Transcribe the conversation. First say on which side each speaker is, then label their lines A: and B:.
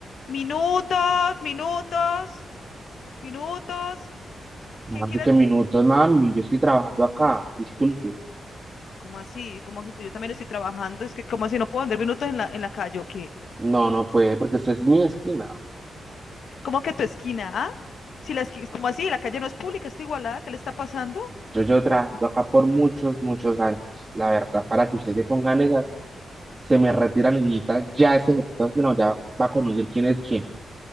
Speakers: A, on the left; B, on the right.
A: Minutos, minutos, minutos.
B: ¿Cómo
A: ¿Quién
B: así
A: quiere?
B: que minutos, mami? Yo estoy trabajando acá, disculpe.
A: ¿Cómo así? ¿Cómo que pues yo también estoy trabajando? Es que, ¿cómo así no puedo andar minutos en la, en la calle o qué?
B: No, no puede, porque esta es mi esquina.
A: ¿Cómo que tu esquina, ah? Si la esquina, ¿cómo así? La calle no es pública, está igualada, ¿qué le está pasando?
B: Yo llevo trabajando acá por muchos, muchos años. La verdad, para que ustedes se pongan esas, se me retira niñita, ya este que no, ya va a conocer quién es quién.